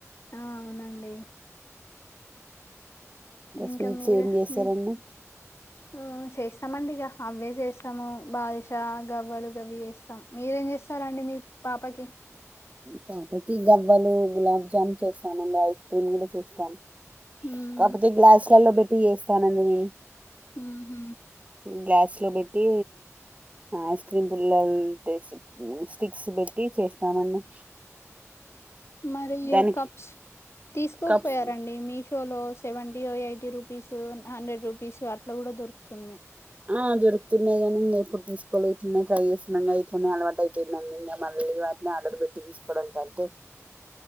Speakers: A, on the left; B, on the right.
A: ఆ అవునండి ఇంకా
B: స్వీట్స్
A: మీరు
B: ఏం చేస్తారండి?
A: మీ ఆ చేస్త చమండిగా అవే చేస్తాము బాదుషా గవ్వలు గవి చేస్తాము మీరేం చేస్తారండి మీ పాపకి
B: పాపకి గవ్వలు గులాబ్ జామ్ చేస్తామండి ఐస్ క్రీమ్ కూడా చేస్తాం
A: మ్మ్,
B: కాకపోతే గ్లాస్ కల్లో పెట్టి చేస్తానండి నేను
A: ఓహో
B: గ్లాస్లో పెట్టి ఐస్ క్రీమ్ పుల్లలు స్టిక్స్ పెట్టి చేసు సామాన్యం
A: మరి
B: దానికి
A: కప్స్ తీసుకోకపోయారండి
B: కప్స్
A: మీషోలో సెవెంటీ ఎయిటీ రూ రపీసు హండ్రెడ్ రూపీసు అట్లా కూడా దొరుకుతుంది
B: ఆ జరుగుతున్నాయి గానీ ఇంకా ఇప్పుడు తీసుకోవి ఇట్లనే ట్రై చేసిన ఇట్లనే అలవాటు అయిపోయిందండి ఇంకా మళ్ళీ వాటిని ఆర్డర్ పెట్టి తీసుకోవడానికింటే